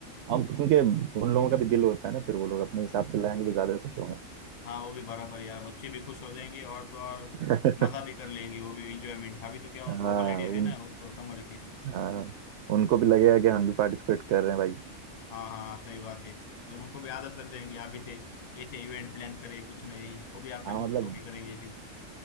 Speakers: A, on the right; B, on the left.
A: हम क्योंकि उन लोगों का भी दिल होता है ना फिर वो लोग अपने हिसाब से लाएंगे तो ज्यादा खुश होंगे
B: हाँ वो भी बराबर यार बच्चे भी खुश हो जाएंगे और तो और
A: <laughs>
B: मजा भी कर लेंगे वो भी इंजॉयमेंट अभी तो क्या उनको
A: हाँ
B: हॉलीडेज
A: उन
B: है ना उसको समर की
A: हाँ उनको भी लगेगा कि हम भी पार्टिसिपेट कर रहे हैं भाई
B: हाँ हाँ सही बात है तो उनको भी आदत लग जाएंगे अभी से ऐसे इवेंट प्लान करें कुछ नहीं वो भी अपने
A: हाँ
B: लोग
A: मतलब
B: सो के करेंगे फिर